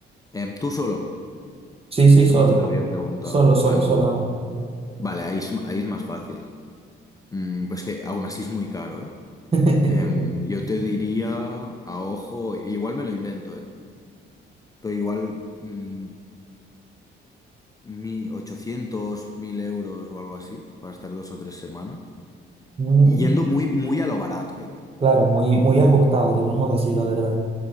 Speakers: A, on the left (about 15°); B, on the right (about 30°).
A: Em, tú solo,
B: Sí, sí,
A: que eso
B: solo,
A: no te lo había preguntado.
B: solo,
A: Vale,
B: solo, solo.
A: vale, ahí es, ahí es más fácil. Mm, pues que aún así es muy caro, ¿eh?
B: <laughs>
A: Em, yo te diría, a ojo, igual me lo invento, ¿eh? Pero igual mm, mi ochocientos mil euros o algo así, para estar dos o tres semanas.
B: no. Mm,
A: Y yendo muy, muy a lo barato, ¿eh?
B: claro, muy, muy ajustado, llamémoslo así, la verdad.